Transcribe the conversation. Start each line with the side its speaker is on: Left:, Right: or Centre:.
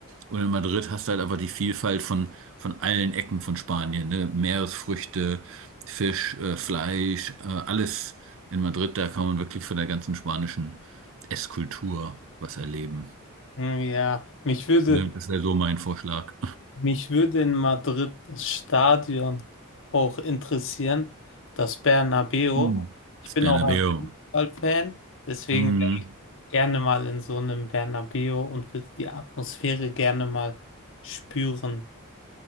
Right: Und in Madrid hast du halt einfach die Vielfalt von, von allen Ecken von Spanien. Ne? Meeresfrüchte, Fisch, äh, Fleisch, äh, alles in Madrid. Da kann man wirklich von der ganzen spanischen Esskultur was erleben.
Left: Hm, Ja, mich würde
Right: Ne? Das wäre so mein Vorschlag.
Left: Mich würde in Madrid das Stadion auch interessieren, das Bernabéu.
Right: Mm.
Left: Ich
Right: Das
Left: bin
Right: Bernabéu.
Left: auch ein Fußballfan, deswegen
Right: Mm.
Left: wäre ich gerne mal in so einem Bernabéu und würde die Atmosphäre gerne mal spüren.